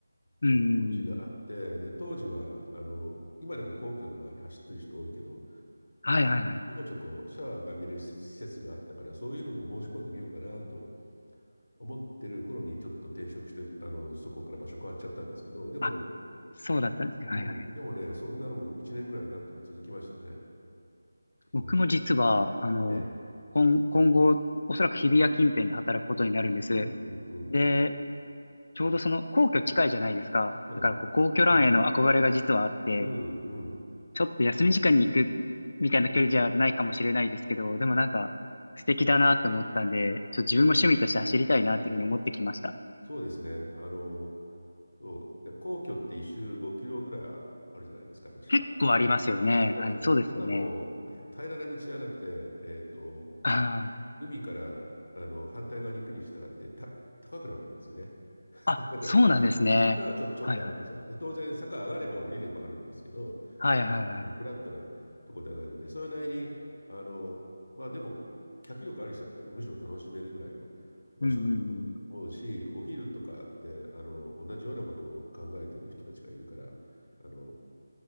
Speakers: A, on the left; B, on the left.
A: うんうんうん。
B: あの気持ちがあってで当時はあの今でも皇居の周り走ってる人多いけど
A: はいはいはい。
B: ちょこちょこシャワーが浴びれる施設施設があったから、そういうのも申し込んでみようかなと思ってる頃にちょっと転職して、あの、そこから場所変わっちゃったんですけど、でも、
A: あ、そうだったんですね。はいはい。
B: うん、でもね、そんなのも1年ぐらいなんとか続きましたね。はい。
A: 僕も実は、あの、
B: ええ。
A: 今、今後、おそらく日比谷近辺で働くことになるんです。
B: うんうんうん。
A: で、ちょうどその皇居近いじゃないですか。
B: そうなんですよ。
A: だからこう皇居ランへの憧れが実はあって、
B: うん。うんうん。
A: ちょっと休み時間に行くみたいな距離じゃないかもしれないですけど、でもなんか素敵だなって思ったんで、ちょっと自分も趣味として走りたいなっていうふうに思ってきました。
B: そうですね。そうですね。あの、そうえ皇居って一周5キロぐらいああるじゃないですか、確か。
A: 結構ありますよね。
B: ありますよね。
A: はい、そうですよね。
B: しかも、へ平らな道じゃなくて、えっと、
A: あー
B: 海からあの反対側に行くに従ってた高くなるわけですよね <laughs>。
A: あ、そうなんですね。
B: だから坂がちょ、ちょっとあるんですよ。
A: はいはいはい。
B: で当然坂上がれば降りるもあるんですけど要するにあのフラットなとこではないのでそれなりにあのまあでも脚力ある人だったらむしろ楽しめるぐらいの
A: はいはいはい。
B: 場所だと思うしお昼とかであの同じようなことを考えてる人たちがいるから
A: うんうんうん。
B: あの